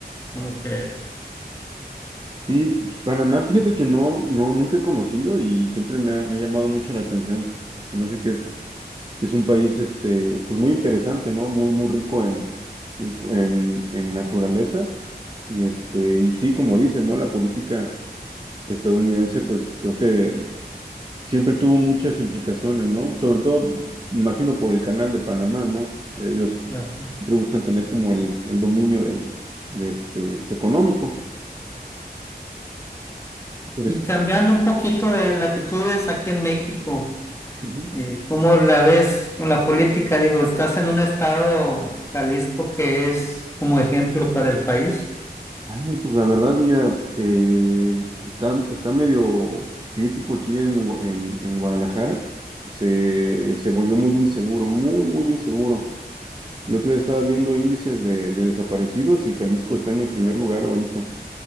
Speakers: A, on the left; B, on the right.
A: Como que.
B: Sí, Panamá, fíjate que no, no, nunca he conocido y siempre me ha, me ha llamado mucho la atención. Se me hace que es, que es un país, este, pues muy interesante, ¿no? Muy, muy rico en, en, en- en naturaleza. Y este, y sí, como dices, ¿no? La política estadounidense, pues creo que siempre tuvo muchas implicaciones, ¿no? Sobre todo, me imagino, por el canal de Panamá, ¿no? Ellos
A: así es.
B: siempre buscan tener como el, el dominio del, de este, pues, económico. Interes-
A: Y cambiando un poquito de latitudes aquí en México,
B: Ujú.
A: eh, ¿cómo la ves con la política? Digo, estás en un estado, Jalisco, que es como ejemplo para el país.
B: Ay, Pues la verdad, mira, eh, está, está medio crítico aquí en, Gua- en, en Guadalajara. Se, se volvió muy inseguro, muy, muy inseguro. El otro día estaba viendo índices de, de desaparecidos y Jalisco está en el primer lugar ahorita.